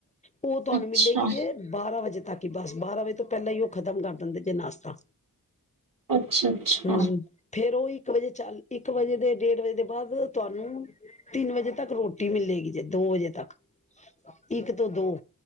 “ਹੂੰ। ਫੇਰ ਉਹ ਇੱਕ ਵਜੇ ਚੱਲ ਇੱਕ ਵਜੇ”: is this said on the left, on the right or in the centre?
Left